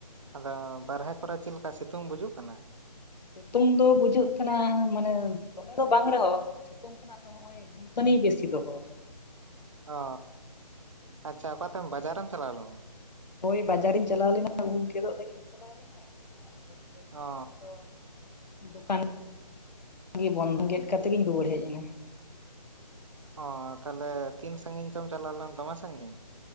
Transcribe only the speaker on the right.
ᱟᱫᱚ ᱵᱟᱨᱦᱮ ᱠᱚᱨᱮ ᱪᱮᱫ ᱞᱮᱠᱟ ᱥᱤᱛᱩᱝ ᱵᱩᱡᱩᱜ ᱠᱟᱱᱟ᱾
ᱚ ᱟᱪᱪᱷᱟ ᱚᱠᱟᱛᱮ ᱵᱟᱡᱟᱨ ᱮᱢ ᱪᱟᱞᱟᱣ ᱞᱮᱱᱟ?
ᱚ
ᱚ ᱛᱟᱦᱚᱞᱮ ᱛᱤᱱ ᱥᱟᱺᱜᱤᱧ ᱪᱚᱢ ᱪᱟᱞᱟᱣ ᱞᱮᱱᱟ ᱫᱚᱢᱮ ᱥᱟᱺᱜᱤᱧ